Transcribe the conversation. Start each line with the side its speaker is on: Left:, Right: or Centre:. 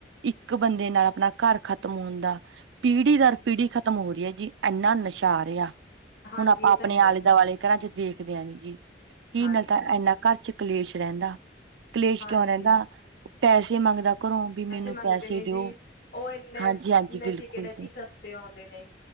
Right: ਇੱਕ ਬੰਦੇ ਨਾਲ ਆਪਣਾ ਘਰ ਖਤਮ ਹੋਣ ਦਾ ਪੀੜ੍ਹੀ
Left: ਹਾਂਜੀ
Right: ਦਰ ਪੀੜ੍ਹੀ ਖ਼ਤਮ ਹੋ ਰਹੀ ਹੈ ਜੀ ਇੰਨਾ ਨਸ਼ਾ ਆ
Left: ਹਾਂਜੀ
Right: ਹੁਣ ਆਪਾਂ
Left: ਇਹ
Right: ਆਪਣੇ
Left: ਤਾਂ ਹੈ
Right: ਆਲੇ
Left: ਜੀ
Right: -ਦੁਆਲੇ ਘਰਾਂ ਚ ਦੇਖਦੇ ਆ ਜੀ। ਕੀ
Left: ਹਾਂਜੀ
Right: ਨਾਲ ਤਾਂ
Left: -ਹਾਂਜੀ।
Right: ਇੰਨਾ ਘਰ ਚ ਕਲੇਸ਼ ਰਹਿੰਦਾ। ਕਲੇਸ਼
Left: ਹਾਂਜੀ
Right: ਕਿਉਂ ਰਹਿੰਦਾ ਪੈਸੇ ਮੰਗਦਾ। ਘਰੋਂ ਵੀ ਮੈਨੂੰ
Left: ਮੰਗਦੇ
Right: ਪੈਸੇ
Left: ਨੇ
Right: ਦਿਓ।
Left: ਜੀ ਉਹ ਇੰਨੇ
Right: ਹਾਂਜੀ ਹਾਂਜੀ
Left: ਨਸ਼ੇ
Right: ਬਿਲਕੁਲ
Left: ਕਿਹੜੇ ਜੀ ਸਸਤੇ ਆਉਂਦੇ ਨੇ।